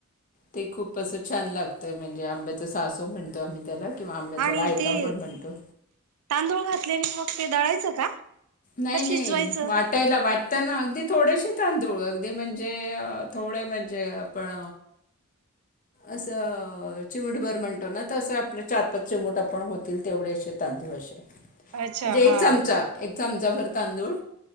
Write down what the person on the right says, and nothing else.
आणि
ते
तांदूळ घातलेने मग ते दळायचं का?
का
शिजवायचं?
अच्छा
हा